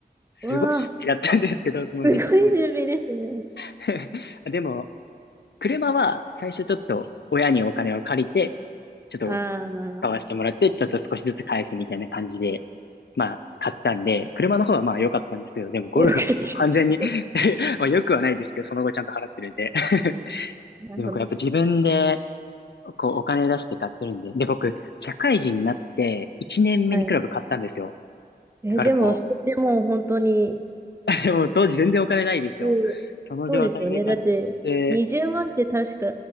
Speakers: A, on the left; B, on the right.
A: すごい出費だったんですけど、
B: わあ、
A: その時期。
B: すごい準備ですね。
A: <laughs> でも、車は最初ちょっと親にお金を借りて、ちょっと
B: ああ、まあ、
A: 買わしてもらって、ちょっと少しずつ返すみたいな感じで、まあ、買ったんで、車の方はまあ良かったんですけど、でもゴルフは
B: よかった。
A: <laughs> 完全に <laughs> まあ良くはないですけど、その後ちゃんと払ってるんで。<laughs>
B: なるほど。
A: でもこれやっぱ自分で、こうお金出して買ってるんで。で、僕、社会人になって1年目にクラブ買ったんですよ。
B: はい。え、
A: だからこ
B: でも、それってもう本当に、
A: う、<laughs> もう当時全然お金ないですよ。
B: うんそうですよね。
A: その状態で買って、
B: だって、20万って確か、